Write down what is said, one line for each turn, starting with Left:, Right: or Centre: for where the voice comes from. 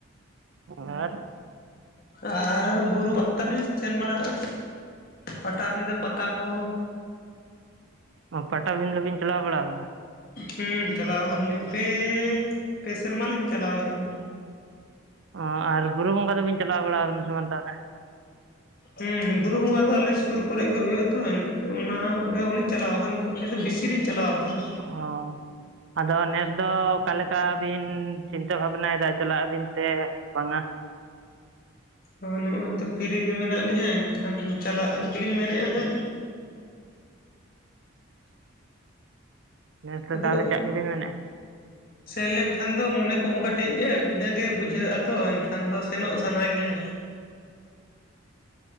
Right: ᱟᱨ
Left: ᱟᱨ ᱵᱩᱨᱩ ᱯᱟᱛᱟ ᱠᱚᱞᱤᱧ ᱥᱮᱱ ᱵᱟᱲᱟᱜᱼᱟ, ᱯᱟᱴᱟᱵᱤᱸᱫᱟᱹ ᱯᱟᱛᱟ᱾ ᱠᱚ
Right: ᱮᱸ ᱯᱟᱴᱟᱵᱤᱸᱫᱟᱹ ᱵᱤᱱ ᱪᱟᱞᱟᱣ ᱵᱟᱲᱟ? ᱟᱠᱟᱱᱟ
Left: ᱦᱩᱸ ᱪᱟᱞᱟᱣ ᱠᱟᱱᱟᱞᱤᱧ, ᱯᱮ-ᱯᱮ ᱥᱮᱨᱢᱟ ᱞᱤᱧ ᱪᱟᱞᱟᱣ ᱦᱮᱡ
Right: ᱚ, ᱟᱨ ᱵᱩᱨᱩ ᱵᱚᱸᱜᱟ ᱫᱚᱵᱤᱱ ᱪᱟᱞᱟᱣ ᱵᱟᱲᱟ ᱠᱟᱱᱟ, ᱥᱮ ᱵᱟᱝ ᱛᱟᱦᱚᱞᱮ?
Left: ᱟ <inaudible> <unintelligible> ᱦᱩᱸ ᱵᱩᱨᱩ ᱵᱚᱸᱜᱟ ᱫᱚ ᱟᱞᱮ ᱥᱩᱨ ᱠᱚᱨᱮ ᱜᱮ ᱦᱳᱭᱳᱜᱼᱟ ᱛᱚ, ᱚᱱᱟ ᱚᱸᱰᱮ ᱦᱚᱸᱞᱤᱧ ᱪᱟᱞᱟᱣ ᱟᱠᱟᱱ᱾ ᱚᱰᱮ ᱫᱚ ᱵᱤᱥᱤ ᱞᱤᱧ ᱪᱟᱞᱟᱣ ᱠᱟᱱᱟ᱾
Right: ᱚᱸ᱾ ᱟᱫᱚ ᱱᱮᱥ ᱫᱚ ᱚᱠᱟᱞᱮᱠᱟ ᱵᱤᱱ, ᱪᱤᱱᱛᱟᱹ ᱵᱷᱟᱵᱱᱟᱭ ᱫᱟ, ᱪᱟᱞᱟᱜ ᱟᱵᱤᱱ ᱥᱮ- ᱵᱟᱝ-ᱟ?
Left: ᱚ ᱱᱚᱜᱼᱚᱭ ᱛᱚ ᱯᱷᱤᱨᱤ ᱜᱮ ᱢᱮᱱᱟᱜ ᱞᱤᱧᱟᱹ, ᱮᱱᱠᱷᱟᱱ ᱪᱟᱞᱟᱜ ᱜᱮᱞᱤᱧ ᱢᱮᱱᱮᱜᱼᱟ ᱦᱟᱸᱜ᱾
Right: ᱱᱮᱥ ᱫᱚ
Left: ᱟᱫᱚ
Right: ᱛᱟᱦᱚᱞᱮ ᱪᱟᱜ ᱜᱮᱵᱤᱱ ᱢᱮᱱᱮᱫᱼᱟ
Left: ᱥᱮᱱ ᱞᱮᱱᱠᱷᱟᱱ ᱫᱚ, ᱢᱚᱱᱮ ᱠᱚᱦᱚᱸ ᱠᱟᱹᱴᱤᱡ ᱜᱮ ᱵᱷᱤᱱᱟᱹ ᱜᱮ ᱵᱩᱡᱷᱟᱹᱜᱼᱟ, ᱛᱚ ᱮᱱᱠᱷᱟᱱ ᱫᱚ ᱥᱮᱱᱚᱜ ᱥᱟᱱᱟ ᱜᱮᱭᱟ᱾